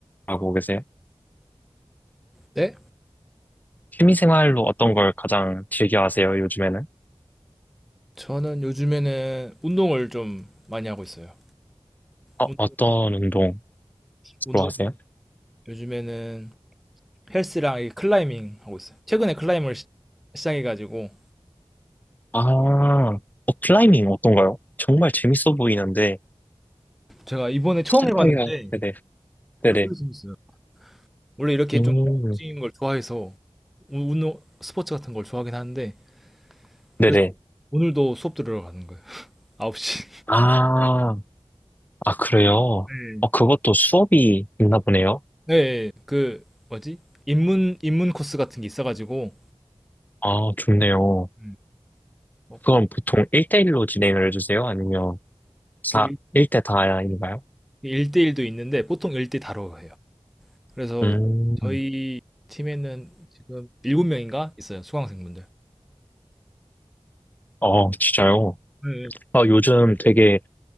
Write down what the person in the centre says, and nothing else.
네?
저는 요즘에는 운동을 좀 많이 하고 있어요.
운-
운동
요즘에는 헬스랑 이 클라이밍 하고 있어요. 최근에 클라이밍을 시- 시작해가지고
제가 이번에 처음
해봤는데
되게 재밌어요. 원래 이렇게
좀 뛰는 걸 좋아해서 운- 운동 스포츠 같은 걸 좋아하긴 하는데
그래서 오늘도 수업 들으러 가는 거예요. <laughs> 9시.
네.
네, 그 뭐지? 입문 입문 코스 같은 게 있어가지고
음. 어,
그 일-
1대1도 있는데 보통 1대 다로 해요. 그래서
저희 팀에는 지금 일곱 명인가 있어요 수강생분들.
네,